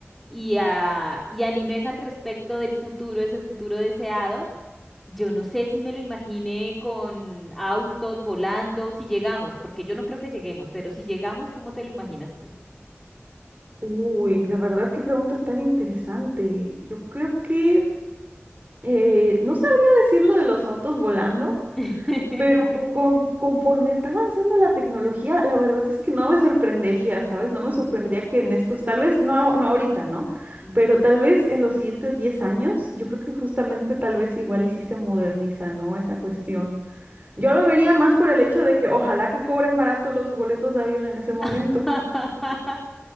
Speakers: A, in the centre; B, on the right (about 35°).
A: y, ah, y animes al respecto del futuro, ese futuro deseado. Yo no sé si me lo imaginé con autos volando, si llegamos, porque yo no creo que lleguemos, pero si llegamos, ¿cómo te lo imaginas tú?
B: Uy, la verdad, qué pregunta tan interesante. Yo creo que eh, no sabría decir lo de los autos volando.
A: <laughs>
B: Pero con, conforme está avanzando la tecnología, la verdad es que no me sorprendería, ¿sabes? No me
A: Ujú,
B: sorprendería que en estos, tal vez, no, no ahorita, ¿no?
A: mm,
B: Pero tal vez en los siguientes 10 años, yo creo que justamente tal vez igual y sí se moderniza, ¿no? Esa cuestión. Yo
A: ujú.
B: lo vería más por el hecho de que ojalá que cobren barato los boletos de avión en ese momento.
A: <laughs>